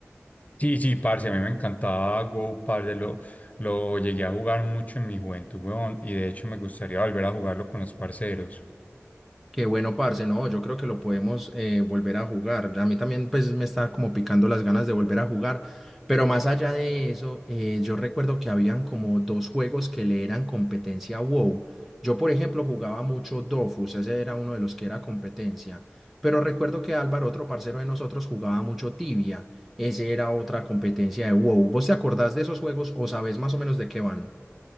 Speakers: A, on the left; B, in the centre.
A: Sí, sí, parce, a mí me encantaba WoW, parce, lo, lo llegué a jugar mucho en mi juventud, weón, y de hecho me gustaría volver a jugarlo con los parceros.
B: Qué bueno, parce, no, yo creo que lo podemos eh, volver a jugar. A mí también pues me está como picando las ganas de volver a jugar, pero más allá de eso, eh, yo recuerdo que habían como dos juegos que le eran competencia a WoW. Yo, por ejemplo, jugaba mucho Dofus, ese era uno de los que era competencia, pero recuerdo que Álvaro, otro parcero de nosotros, jugaba mucho Tibia, ese era otra competencia de WoW. ¿Vos te acordás de esos juegos o sabés más o menos de qué van?